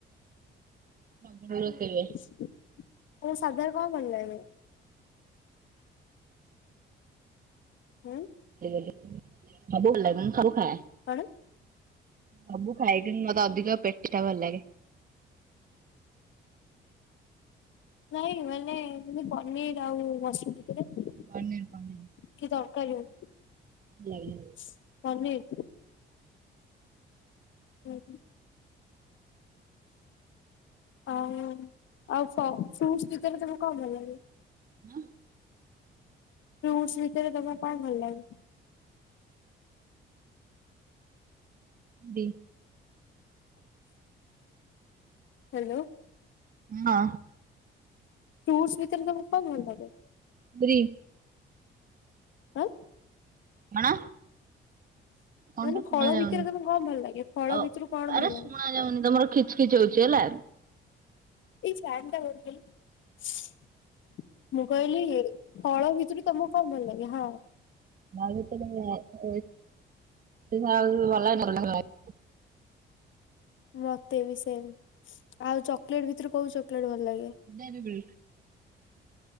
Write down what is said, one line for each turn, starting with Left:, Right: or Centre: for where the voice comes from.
Right: ପ୍ରବ ରଖେଇବେ।
Left: ତୋ ସାଦାରେ କଣ କରିବା ଏବେ? ହଁ।
Right: <inaudible> ହଁ ଭଲଲାଗେ ମୁଁ ସବୁ ଖାଏ।
Left: କଣ।
Right: ସବୁ ଖାଏ କିନ୍ତୁ ମତେ ଅଧିକ ପେଟିଟା ଭଲ ଲାଗେ।
Left: ନାଇଁ ମାନେ ଏମତି ପନିର ଆଉ ମସଲି। କି
Right: ପନିର ପନିର
Left: ତରକାରୀ ହଉ
Right: ଭଲ ଲାଗେନି।
Left: ପନିର। ହୁଁ। ଆ ଆଉ ଫ୍ରୁଟସ ଭିତରେ ତମକୁ କଣ ଭଲ ଲାଗେ?
Right: ହଁ।
Left: ଫ୍ରୁଟସ ଭିତରେ ତମକୁ କଣ ଭଲ ଲାଗେ?
Right: ଡି।
Left: ହ୍ୟାଲୋ।
Right: ହଁ।
Left: ଫ୍ରୁଟ୍ସ ଭିତରେ ତମକୁ କଣ ଭଲ ଲାଗେ?
Right: ଫ୍ରି।
Left: ଆଁ।
Right: କଣ? କଣଟା
Left: ମାନେ
Right: ଶୁଣା
Left: ଫଳ
Right: ଯାଉନି
Left: ଭିତରେ ତମେ କଣ ଭଲ ଲାଗେ ଫଳ
Right: ଆଉ
Left: ଭିତରୁ କଣ
Right: ଆରେ
Left: ଭଲ ଲାଗେ।
Right: ଶୁଣା ଯାଉନି ତମର ଖିଚ ଖିଚ ହଉଛି ହେଲା।
Left: ଏଇ ଫ୍ୟାନ୍ଟା ବନ୍ଦ କଲ ମୁଁ କହିଲି ଫଳ ଭିତରୁ ତମଁ କଣ ଭଲ ଲାଗେ ହଁ।
Right: ଭ ଭ ଭ। <unintelligible>
Left: ମତେ ବି ସେମ ଆଉ ଚକୋଲେଟ ଭିତରୁ କୋଉ ଚକୋଲେଟ ଭଲ ଲାଗେ?
Right: ଦେରିବେ।